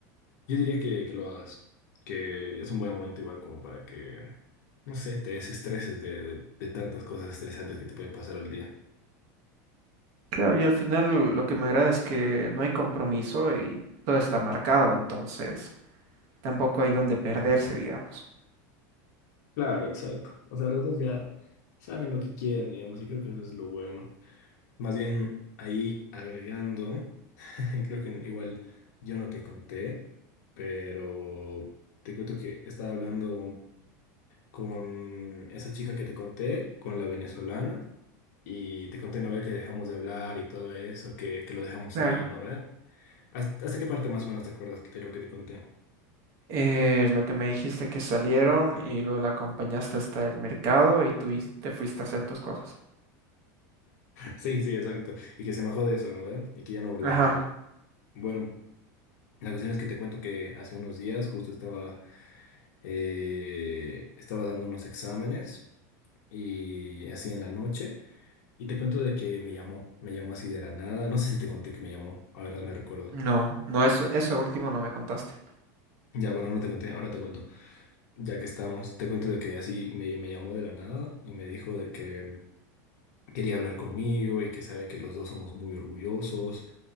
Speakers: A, on the left; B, on the right.
A: Yo diría que, que lo hagas, que es un buen momento igual como para que, no sé, te desestreses de de- de tantas cosas estresantes que te pueden pasar al día.
B: Claro, y al final lo que me agrada es que no hay compromiso y todo está marcado, entonces tampoco hay donde perderse, digamos.
A: Claro, exacto. O sea, los dos ya saben lo que quieren, digamos, y creo que eso es lo bueno. Más bien, ahí agregando, <laughs> creo que igual yo no te conté, pero te cuento que estaba hablando con esa chica que te conté, con la venezolana, y te conté, ¿no ve? Que dejamos de hablar y todo eso, que, que lo dejamos
B: Claro.
A: ahí, ¿no ve? ¿Hasta, hasta qué parte más o menos te acuerdas de lo que te conté? <laughs>
B: Eh, lo que me dijiste que salieron y luego la acompañaste hasta el mercado y tú is- te fuiste a hacer tus cosas.
A: Sí, sí, exacto. Y que se enojó de eso, ¿no ve? Y que ya no volvimos
B: Ajá.
A: a hablar. Bueno. La cuestión es que te cuento que hace unos días justo estaba, eh, estaba dando unos exámenes y así en la noche. Y te cuento de que me llamó, me llamó así de la nada. No sé si te conté que me llamó, a ahora me recuerdo.
B: No, no, eso, eso último no me contaste.
A: Ya, bueno, no te conté, ahora te cuento. Ya que estamos, te cuento de que así me, me llamó de la nada y me dijo de que quería hablar conmigo y que sabe que los dos somos muy orgullosos